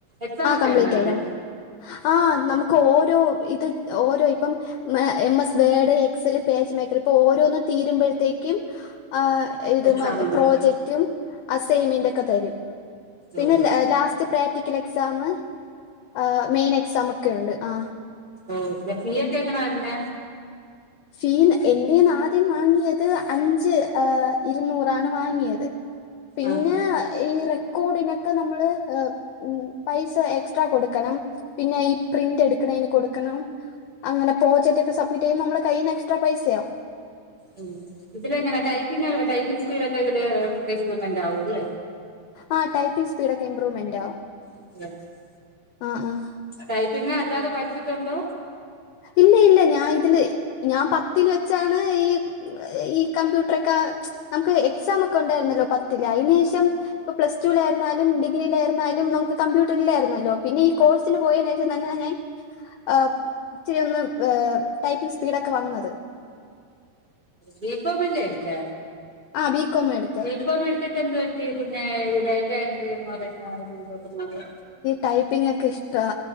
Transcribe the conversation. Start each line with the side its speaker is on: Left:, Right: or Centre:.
Right: എക്സാം ഒക്കെ
Left: കംപ്ലീറ്റ്
Right: ഉണ്ടോ? അതിന്.
Left: ആയി കംപ്ലീറ്റ് ആഹ്, നമുക്ക് ഓരോ, ഇത് ഓരോ ഇപ്പം. മ, M S Word, Excel PageMaker, ഇപ്പൊ ഓരോന്ന് തീരുമ്പോഴത്തേക്കും ആഹ്. ഇത്
Right: എക്സാം
Left: മ
Right: ഉണ്ട്
Left: പ്രോജക്ടും, അസൈമെന്റ ഒക്കെ തരും. പിന്നെ
Right: ഓഹ്
Left: ലാസ്റ്റ്. പ്രാക്ടിക്കൽ എക്സാം, ആഹ് മെയിൻ എക്സാം ഒക്കെ ഉണ്ട്. ആഹ്.
Right: ആഹ്, ഫീ ഒക്കെ എങ്ങനെ വരുന്ന.
Left: ഫീ എന്റെന്ന് ആദ്യം വാങ്ങിയത് അഞ്ച്, ആഹ്, ഇരുന്നൂറാണ് വാങ്ങിയത്. പിന്നെ
Right: ആഹ്
Left: ഈ റെ കൂടിനൊക്കെ നമ്മള് ഹ്, ഉം പൈസ എക്സ്ട്രാ കൊടുക്കണം. പിന്നെ ഈ പ്രിന്റ് എടുക്കണെന് കൊടുക്കണം. അങ്ങനെ പ്രോജക്ട് ഒക്കെ സബ്മിറ്റ് ചെയ്യുമ്പോ, നമ്മള കയ്യീന്ന് എക്സ്ട്രാ പൈസ യാകും.
Right: ഉം ഇതിലെങ്ങനെ ടൈപ്പിങ് ടൈപ്പിംഗ് സ്പീഡ്ക്കെ ഇതില് <unintelligible> ണ്ടാവും അല്ലേ.
Left: ആഹ്, ടൈപ്പിങ് സ്പീഡ് ഒക്കെ ഇമ്പ്രൂവ്മെന്റാവും.
Right: <unintelligible>
Left: ആഹ്, ആഹ്
Right: ടൈപ്പിങ്ങല്ലാതെ പഠിച്ചിട്ടുണ്ടോ?
Left: ഇല്ല, ഇല്ല ഞാൻ ഇതില് ഞാൻ പത്തില് വെച്ചാണ് ഈ ഈ കമ്പ്യൂട്ടറൊക്കെ നമക്ക് എക്സാമൊക്കെ ഉണ്ടായിരുന്നല്ലോ? പത്തില് അതിന് ശേഷം. ഇപ്പ, പ്ലസ് ടുലായിരുന്നാലും, ഡിഗ്രി യിലായിരുന്നാലും, നമുക്ക് കമ്പ്യൂട്ട റിലായിരുന്നല്ലോ? പിന്നെ ഈ കോഴ്സ് പോയേനേഷം തന്നെ ഞാൻ, ഏഹ്. ച്ചിരിയൊന്ന്, ഏ ടൈപ്പിങ്ങ്സ്പീഡൊക്കെ വന്നത്.
Right: ബീ കോ മല്ലെ, എടുത്തേ?
Left: ആഹ്, ബീ കോ മാട്ത്തെ.
Right: ബീ കോ മെടുത്തിട്ടെന്തു പറ്റി, പിന്നെ, ഈ ഡേറ്റയൻട്രി എന്ന് പറയുന്ന തിലോട്ട് മാറി.
Left: ടൈപ്പിങ്ങൊക്കെ ഇഷ്ടവാ.